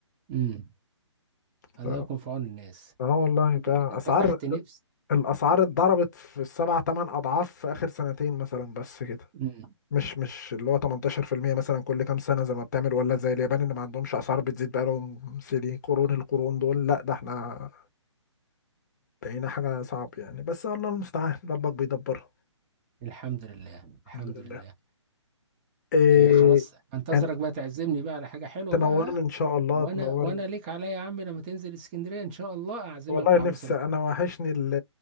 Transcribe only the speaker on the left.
ف...
اه والله
بقى
أسعار
الاسعار اتضربت في السبع تمن اضعاف في اخر سنتين مثلا بس كده
مش مش اللي هو 18% مثلا كل كام سنه زي ما بتعمل ولا زي اليابان اللي ما عندهمش اسعار بتزيد بقالهم سنين قرون القرون دول لا ده احنا بقينا حاجه صعب يعني بس الله المستعان ربك بيدبرها
الحمد
لله
إيه
كان
تنورني
ان شاء الله
تنورني
والله
نفسي
انا وحشني ال-